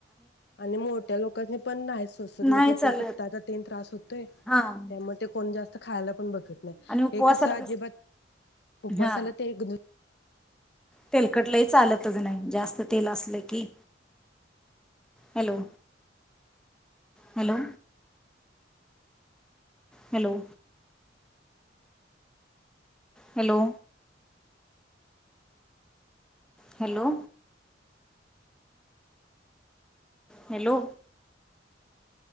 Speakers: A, on the left; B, in the centre.
A: आणि मोठ्या लोकांनी पण नाही सोसत
B: नाही
A: म्हणजे
B: चालत
A: ते पित्ताचा तेन त्रास होतोय त्यामुळे
B: हां
A: ते कोण जास्त तर खायला पण बघत
B: आणि उपवासाला
A: हे कसं अजिबात उपवासाला
B: हां
A: ते एक
B: तेलकट लई चालतच नाही जास्त तेल असलं की hello hello hello hello hello hello